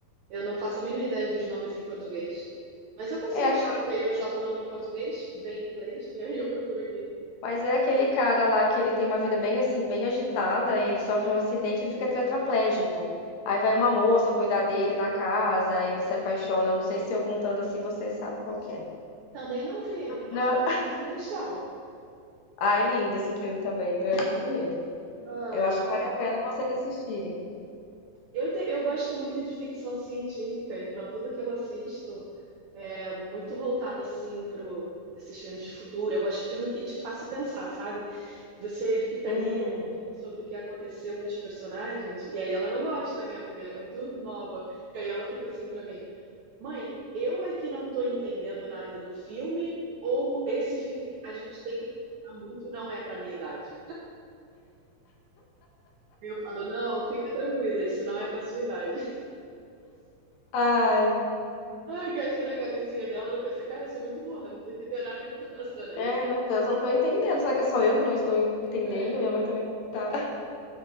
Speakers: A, on the right (about 75°); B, on the left (about 75°).
A: eu não faço a mínima ideia dos nomes em português. Mas eu consigo
B: É aquele,
A: achar, porque aí eu jogo o nome em português, vem em inglês, e aí eu procuro aqui.
B: mas é aquele cara lá que ele tem uma vida bem assim, bem agitada, e ele sofre um acidente, ele fica tetraplégico. Aí vai uma moça cuidar dele na casa, aí ele se apaixona. Não sei se eu contando assim, vocês sabem qual que é.
A: Também não vi, mas
B: Não.
A: pode ser uma sugestão.
B: Ah, é lindo esse filme também, viu? É lindo mesmo.
A: Ai,
B: Eu acho
A: vou anotar.
B: que vale a pena vocês assistirem.
A: Eu, te- eu gosto muito de ficção científica, então tudo que eu assisto é muito voltado assim para esses filmes de futuro. Eu gosto de filme que te faça pensar, sabe? Você fica
B: Hum.
A: ali refletindo sobre o que aconteceu com os personagens, e aí ela não gosta, né? Porque ela é muito nova. E aí ela fica assim para mim: Mãe, eu é que não estou entendendo nada do filme, ou esse filme a gente tem que pensar muito, não é para minha idade. Aí Eu falo: Não, fica tranquila, isso não é para sua idade.
B: Ai,
A: Ah, que eu acho que na cabecinha dela ela pensa, cara, eu sou muito burra, não tô entendendo nada que tá passando aí.
B: é, meu Deus, eu não tô entendendo. Será que é só eu que não estou entendendo?
A: <laughs>
B: Minha mãe também não tá.